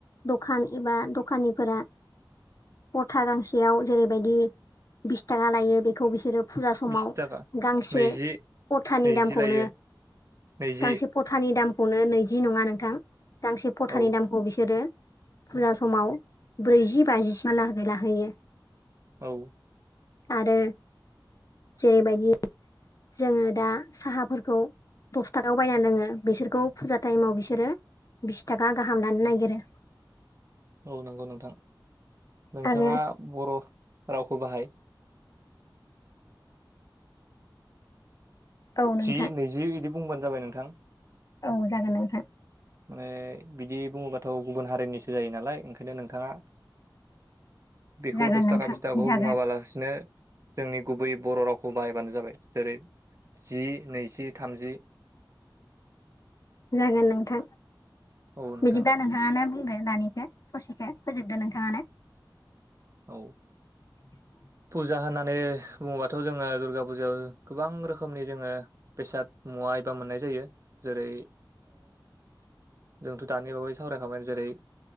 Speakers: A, on the left; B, on the right.
A: दखान एबा दखानिफोरा परथाथा गांसेयाव जेरैबायदि बिस थाखा लायो बेखौ बिसोरो। फुजा समाव
B: बिस थाखा
A: गांसे
B: नैजि
A: परथानि
B: नैजि
A: दामखौनो
B: लायो नैजि
A: गांसे फथानि दामखौनो नैजि नङा नोंथां गांसे फथानि
B: औ
A: दामखौ बिसोरो फुजा समाव ब्रैजि बाजिसिम ब्रैजि बाजि सिम हा लागै लाहैयो।
B: औ
A: आरो जेरैबायदि जोङो दा साहाफोरखौ दस थाखायाव बायना लोङो बिसोरखौ फुजा टाइमाव बिसोरो बिस थाखा गाहाम लानो नागिरो।
B: औ नंगौ नोंथां नोंथाङा
A: आरो
B: बर' रावखौ बाहाय
A: औ नोंथां
B: जि नैजि बिदि बुंबानो जाबाय नोंथां।
A: औ जागोन नोंथां।
B: माने बिदि बुङोबाथ' गुबुन हारिनिसो जायो नालाय ओंखायनो नोंथाङा। बेखौ
A: जागोन
B: दस
A: नोंथां
B: थाखा बिस थाखाखौ
A: जागोन
B: बुङाबालासिनो। जोंनि गुबै बर' रावखौ बाहायबानो जाबाय जेरै जि नैजि थामजि
A: जागोन नोंथां
B: औ नोंथां
A: बिदिबा नोंथाङानो बुंदो। दानिखौ ससेखौ फोजोबदो नोंथाङानो।
B: औ
A: <inaudible>
B: फुजा होननानै बुङोबाथ' जोङो दुर्गा फुजायाव गोबां रोखोमनि जोङो बेसाद मुवा बा मोननाय जायो जेरै जोंथ' दानि बावै सावरायखाबाय जेरै